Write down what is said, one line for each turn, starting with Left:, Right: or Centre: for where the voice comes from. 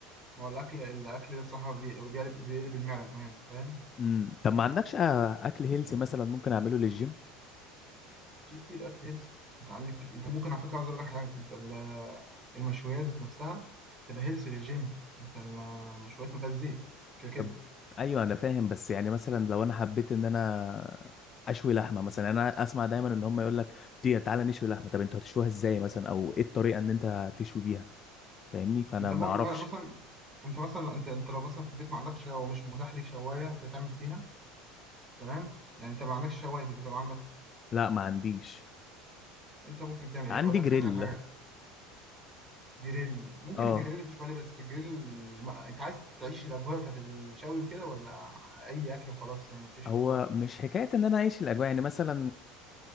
Right: ما هو الاكل الاكل ده الصراحه بي- بيقلب بيقلب المعده كمان انت فاهم
Left: امم طب ما عندكش اكل هيلسي مثلا ممكن اعمله للجيم
Right: في كتير اكل هيلسي انت عندك انت ممكن على فكره عايز اقول لك حاجه انت ال- المشويات ذات نفسها تبقى هيلسي للجيم انت المشويات ما فيهاش زيت كده كده
Left: طب ايوه انا فاهم بس يعني مثلا لو انا حبيت ان انا اشوي لحمه مثلا يعني انا اسمع دايما ان هم يقول لك دي تعالى نشوي لحمه طب انتوا هتشويها ازاي مثلا او ايه الطريقه ان انت هتشوي بيها فاهمني
Right: انت
Left: فانا
Right: م...
Left: ما
Right: م-
Left: اعرفش
Right: مثلا انت مثلا انت انت لو مثلا في البيت ما عندكش او مش متاح ليك شوايه انت تعمل فيها تمام يعني انت ما عندكش شوايه في البيت ولا عندك
Left: لا ما عنديش
Right: انت ممكن تعمل ايه
Left: عندي
Right: اقول لك
Left: جريل
Right: تعمل على حاجه جريل ممكن
Left: اه
Right: الجريل تشوي عليه بس الجريل ما... انت عايز تعيش الاجواء بتاعت الشوي وكده ولا اي اكل وخلاص يعني تشوي
Left: هو
Right: وخلاص
Left: مش حكايه ان انا اعيش الاجواء يعني مثلا